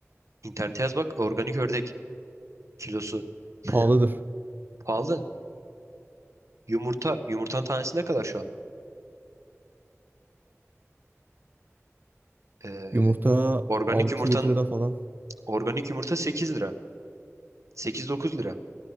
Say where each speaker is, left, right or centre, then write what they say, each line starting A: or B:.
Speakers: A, on the right (about 75°); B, on the right (about 40°).
A: İnternete yaz bak organik ördek kilosu. <laughs>
B: Pahalıdır.
A: Pahalı. Yumurta. Yumurtanın tanesi ne kadar şu an? Ee,
B: Yumurta
A: organik
B: altı
A: yumurtanın
B: 7 lira falan.
A: organik yumurta 8 lira. sekiz dokuz lira.